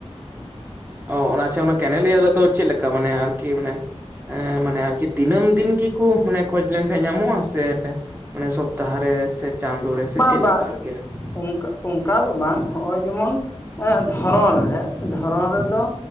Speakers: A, on the right (about 20°); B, on the left (about 20°).
A: ᱚᱸ ᱚᱱᱟ ᱟᱪᱷᱟ ᱚᱱᱟ ᱠᱮᱱᱮᱞᱤᱭᱟᱹ ᱨᱮᱫᱚ ᱪᱮᱫ ᱞᱮᱠᱟ ᱢᱟᱱᱮ ᱟᱨᱠᱤ ᱢᱟᱱᱮ ᱮᱸ ᱢᱟᱱᱮ ᱟᱨᱠᱤ ᱫᱤᱱᱟᱹᱢ ᱫᱤᱱ ᱜᱮᱠᱚ ᱢᱟᱱᱮ ᱠᱷᱚᱡᱽ ᱞᱮᱱᱠᱷᱟᱱ ᱧᱟᱢᱚᱜᱼᱟ ᱥᱮ ᱟᱱᱮ ᱥᱚᱯᱛᱟᱦᱚᱨᱮ ᱥᱮ ᱪᱟᱸᱫᱚ ᱨᱮ ᱥᱮ
B: ᱵᱟᱝ
A: ᱪᱮᱫ
B: ᱵᱟᱝ
A: ᱞᱮᱠᱟ ᱟᱨᱠᱤ?
B: ᱚᱱᱠᱟ ᱚᱱᱠᱟ ᱫᱚ ᱵᱟᱝ ᱦᱚᱸᱜᱼᱚᱭ ᱡᱮᱢᱚᱱ ᱮᱦᱸ ᱫᱷᱚᱨᱚᱱ ᱨᱮ, ᱫᱷᱚᱨᱚᱱ ᱨᱮᱫᱚ